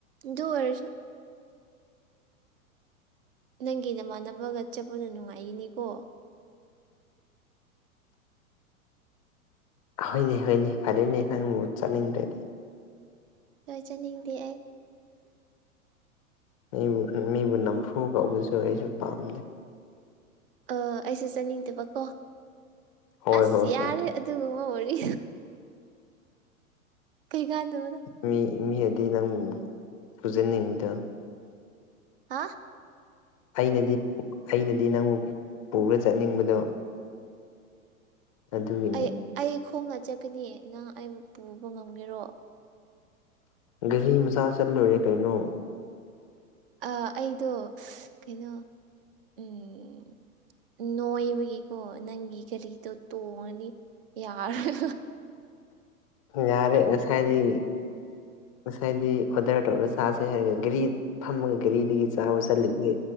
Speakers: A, on the right; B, on the left.
A: ꯗꯨ ꯑꯣꯏꯔꯁꯨ ꯅꯪꯒꯤ ꯅꯃꯥꯟꯅꯕꯒ ꯆꯠꯄꯗꯣ ꯅꯨꯡꯉꯥꯏꯒꯅꯤꯀꯣ
B: ꯍꯣꯏꯅꯦ ꯍꯣꯏꯅꯦ ꯐꯔꯦꯅꯦ ꯅꯪꯕꯨ ꯆꯠꯅꯤꯡꯗ꯭ꯔꯗꯤ
A: ꯂꯣꯏꯖꯅꯤꯡꯗꯦ ꯑꯩ
B: ꯃꯤꯕꯨ ꯃꯤꯕꯨ ꯅꯝꯐꯨ ꯀꯧꯕꯁꯨ ꯑꯩꯁꯨ ꯄꯥꯝꯗꯦ
A: ꯑ ꯑꯩꯁꯨ ꯆꯠꯅꯤꯡꯗꯕꯀꯣ
B: ꯍꯣꯏ
A: ꯑꯁ
B: ꯍꯣꯏ
A: ꯌꯥꯔꯦ
B: ꯍꯣꯏ
A: ꯗꯨꯒꯨꯝꯕ ꯋꯥꯔꯤ ꯀꯩꯀꯥꯟꯗꯕꯗ
B: ꯃꯤ ꯃꯤ ꯑꯗꯤ ꯅꯪꯕꯨ ꯄꯨꯖꯅꯤꯡꯗ
A: ꯑꯥ
B: ꯑꯩꯅꯗꯤ ꯑꯩꯅꯗꯤ ꯅꯪꯕꯨ ꯄꯨꯔ ꯆꯠꯅꯤꯡꯕꯗꯣ ꯑꯗꯨꯒꯤꯅꯤ
A: ꯑꯩ ꯑꯩ ꯈꯣꯡꯅ ꯆꯠꯀꯅꯤ ꯅꯪ ꯑꯩꯕꯨ ꯄꯨꯕ ꯉꯝꯒꯦꯔꯣ
B: ꯒꯔꯤ ꯃꯁꯥ ꯆꯜꯂꯨꯔꯦ ꯀꯩꯅꯣ
A: ꯑ ꯑꯩꯗꯣ ꯀꯩꯅꯣ ꯎꯝ ꯅꯣꯏꯕꯒꯤꯀꯣ ꯅꯪꯒꯤ ꯒꯥꯔꯤꯗꯣ ꯇꯣꯡꯉꯗꯤ ꯌꯥꯔꯣꯏ
B: ꯌꯥꯔꯦ ꯉꯁꯥꯏꯗꯤ ꯉꯁꯥꯏꯗꯤ ꯑꯣꯔꯗꯔ ꯇꯧꯔꯒ ꯁꯥꯥꯁꯦ ꯍꯥꯏꯔꯒ ꯒꯥꯔꯤ ꯐꯝꯃꯒ ꯘꯔꯤꯗꯒꯤ ꯆꯥꯕ ꯆꯠꯂꯤꯁꯦ